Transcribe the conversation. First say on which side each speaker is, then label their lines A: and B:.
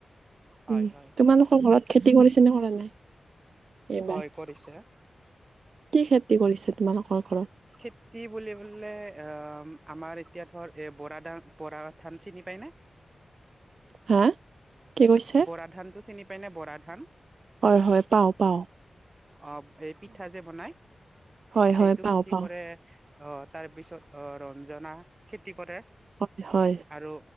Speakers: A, on the right; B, on the right.
A: হয়
B: উম,
A: হয়
B: তোমালোকৰ ঘৰত খেতি কৰিছেনে কৰা নাই? এইবাৰ
A: হয় কৰিছে।
B: কি খেতি কৰিছে তোমালোকৰ ঘৰত?
A: খেতি বুলিবলে এ, আমাৰ এতিয়া ধৰ এ বৰা ধান বৰা ধান চিনি পায়নে?
B: হা? কি কৈছে
A: বৰা ধানতটো চিনি পাইনে বৰা ধান?
B: হয় হয়, পাওঁ পাওঁ।
A: অ', এই পিঠা যে বনাই
B: হয়
A: সেইটো
B: হয় পাও
A: খেতি
B: পাও
A: কৰে অ', তাৰপিছত অ', ৰঞ্জনা খেতি কৰে।
B: হয় হয়।
A: আৰু